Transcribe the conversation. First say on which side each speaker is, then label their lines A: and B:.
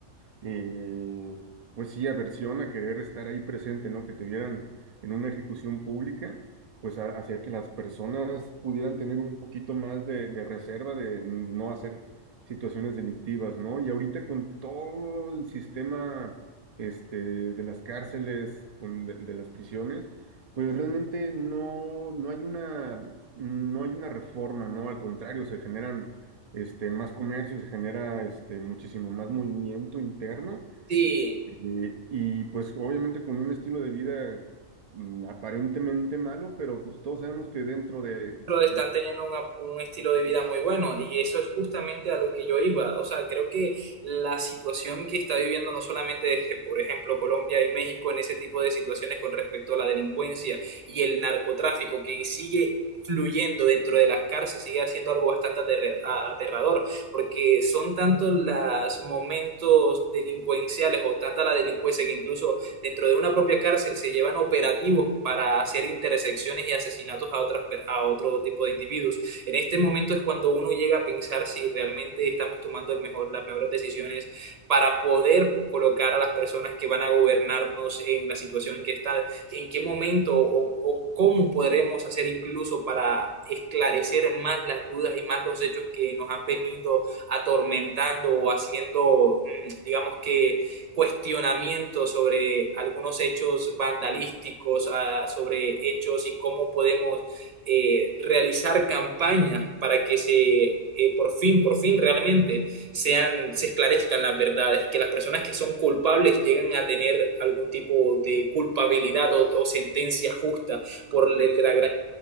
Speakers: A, on the right (about 65°); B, on the right (about 35°).
A: eh, pues sí, aversión a querer estar ahí presente, ¿no? Que te vieran en una ejecución pública, pues a- hacía que las personas pudieran tener un poquito más de, de reserva de no hacer situaciones delictivas, ¿no? Y ahorita con todo el sistema, este, de las cárceles, con, de de las prisiones pues realmente no, no hay una, no hay una reforma, ¿no? Al contrario, se generan este, más comercio, se genera este, muchísimo más movimiento interno
B: sí.
A: eh, y pues obviamente con un estilo de vida mm, aparentemente malo, pero pues todos sabemos que dentro de,
B: pero están
A: de
B: teniendo una- un estilo de vida muy bueno y eso es justamente a lo que yo iba. O sea, creo que la situación que está viviendo no solamente, eh, por ejemplo, Colombia y México en ese tipo de situaciones con respecto a la delincuencia y el narcotráfico que sigue... fluyendo dentro de las cárceles sigue haciendo algo bastante aterre- a- aterrador, porque son tantos los momentos delincuenciales o tanta la delincuencia que incluso Dentro de una propia cárcel se llevan operativos para hacer intersecciones y asesinatos a, otras, a otro tipo de individuos. En este momento es cuando uno llega a pensar si realmente estamos tomando el mejor, las mejores decisiones para poder colocar a las personas que van a gobernarnos en la situación en que están, en qué momento o, o cómo podremos hacer incluso para esclarecer más las dudas y más los hechos que nos han venido atormentando o haciendo, mm, digamos que cuestionamiento sobre algunos hechos vandalísticos, a- sobre hechos y cómo podemos eh, realizar campañas para que se eh, por fin, por fin realmente sean, se esclarezcan las verdades y que las personas que son culpables lleguen a tener algún tipo de culpabilidad o, o sentencia justa por el- la gran